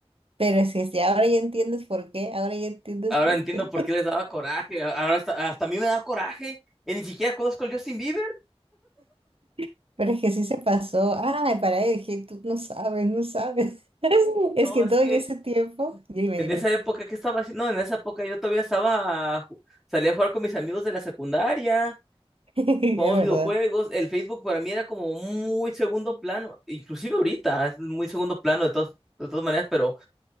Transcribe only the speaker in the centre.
Ahora
entiendo
por qué les daba coraje. Ahora hasta, hasta a mí me da coraje. Y ni siquiera conozco al Justin Bieber.
No,
es
que
en
esa época, ¿qué estaba haciendo? No, en esa época yo todavía estaba. ju- Salía a jugar con mis amigos de la secundaria.
Jugamos videojuegos.
El Facebook para mí era como muy segundo plano. Inclusive ahorita es muy segundo plano de todas, de todas maneras. Pero,